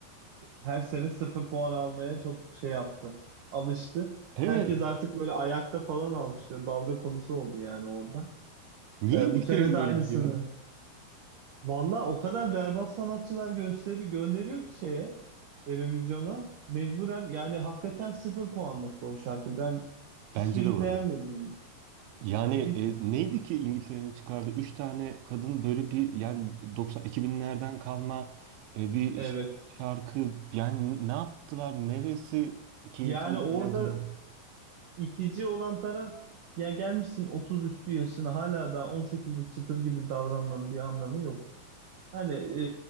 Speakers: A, on the right; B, on the right.
A: her sene sıfır puan almaya çok şey yaptı. Alıştı.
B: Evet.
A: Herkes artık böyle ayakta falan alkışlıyor. Dalga konusu oldu yani orada.
B: Niye
A: E,
B: İngiltere'nin
A: bu sene de
B: böyle
A: aynısını.
B: bir şeyi var?
A: Valla o kadar berbat sanatçılar gösteri gönderiyor ki şeye televizyona. Mecburen yani hakikaten sıfır puanlıktı o şarkı. Ben hiçbirini
B: Bence de bu
A: beğenmedim.
B: arada. Yani
A: Bir,
B: e, neydi ki İngiltere'nin çıkardığı 3 tane kadın böyle bir yani 90 2000'lerden kalma e, bir
A: evet.
B: ş- şarkı yani ne yaptılar? Neresi keyifli,
A: Yani orada
B: eğlenceli?
A: itici olan taraf ya gelmişsin 30 üstü yaşına hala daha 18'lik çıtır gibi davranmanın bir anlamı yok. Hani e,